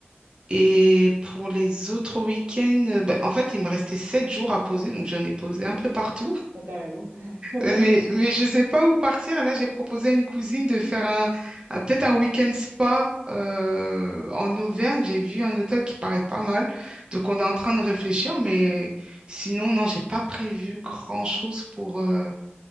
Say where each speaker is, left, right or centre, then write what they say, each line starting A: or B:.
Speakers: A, on the right (about 20°); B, on the right (about 75°).
A: Et pour les autres week-ends, euh, bah, en fait, il me restait sept jours à poser, donc j'en ai posé un peu partout.
B: Ah, t'as raison. <laughs>
A: Euh, Mais, mais je ne sais pas où partir. Là, j'ai proposé à une cousine de faire un, un- peut-être un week-end spa euh, en Auvergne. J'ai vu un hôtel qui paraît pas mal. Donc, on est en train de réfléchir. Mais sinon, non, j'ai pas prévu grand-chose pour, euh,